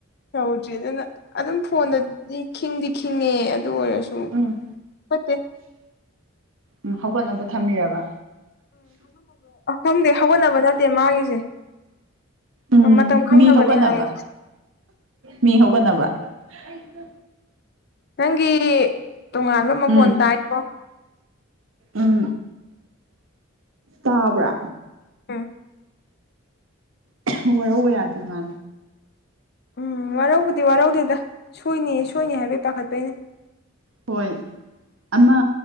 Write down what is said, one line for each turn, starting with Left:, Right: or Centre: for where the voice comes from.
Left: ꯌꯧꯗ꯭ꯔꯤ ꯑꯗꯨꯅ ꯑꯗꯨꯝ ꯐꯣꯟꯗꯗꯤ ꯈꯤꯡꯗꯤ ꯈꯤꯡꯉꯦ ꯑꯣꯏꯁꯨꯨꯝ
Right: ꯎꯝ
Left: ꯐꯠꯇꯦ
Right: ꯎꯝ ꯍꯧꯒꯠꯅꯕ ꯊꯝꯕꯤꯔꯕ
Left: ꯎꯝꯪꯪꯗꯦ ꯍꯧꯒꯠꯅꯕ ꯅꯠꯇꯦ ꯃꯥꯒꯤꯁꯦ
Right: ꯎꯝ
Left: ꯃꯇꯝ ꯈꯪꯅꯕꯅꯦ
Right: ꯃꯤ ꯍꯧꯒꯠꯅꯕ
Left: ꯍꯥꯏꯌꯦ
Right: ꯃꯤ ꯍꯧꯒꯠꯅꯕ ꯑꯛꯇ
Left: ꯅꯪꯒꯤ ꯇꯣꯉꯥꯟꯕ ꯃꯈꯣꯟ
Right: ꯎꯝ
Left: ꯇꯥꯏꯣ
Right: ꯎꯝ ꯇꯥꯕ꯭ꯔꯥ
Left: ꯑ <unintelligible> <inaudible>
Right: ꯑꯣꯔꯕ ꯌꯥꯗ ꯃꯥ
Left: ꯎꯝ ꯋꯥꯔꯧꯕꯧꯕꯗꯤ ꯋꯥꯔꯧꯗꯤꯗ ꯁꯣꯏꯅꯤ ꯁꯣꯏꯅꯤ ꯍꯥꯏꯕꯩ ꯄꯥꯈꯠꯄꯩꯅꯦ
Right: ꯍꯣꯏ ꯑꯃ